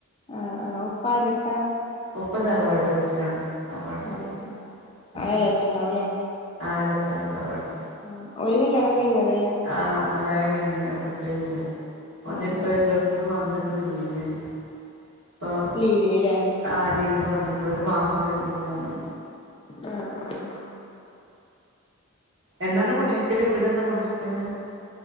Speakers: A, on the left; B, on the right.
A: ആഹ്. ആഹ്. ഉപ്പാരട്ത്ത.
B: ഉപ്പ തറവാട്ട് വീട്ടിലാണ്. തറവാട്ടില്.
A: ആഹ് ആഹ്
B: ഉം.
A: എളേച്ചൻ ഉണ്ടാവൂല്ലേ
B: ആഹ് എലചണ്ട് തറവാട്ടില്.
A: ആഹ്. ഓല് കല്യാണം കഴിഞ്ഞതല്ലേ?
B: ആഹ് കല്യാണം കഴിഞ്ഞ് രണ്ട് കുട്ട്യേള്ണ്ട്. ഓന്
A: ആഹ്
B: ഇപ്പം
A: ആഹ്
B: ഗൾഫ് ഇന്ന് വന്ന്ക്ക്ണ് ലീവന് ഇപ്പൊ
A: ലീവിന്ല്ലെ.
B: ആഹ് ലീവിന് വന്നിക്ക്ണ്. ഒരു മാ സൊള്ളു ലീവ് തന്ന
A: ആഹ് ആഹ്.
B: എന്നാണ് കുടിരിക്കല്. വീടെന്താ കുടിരിക്ക്ണ്.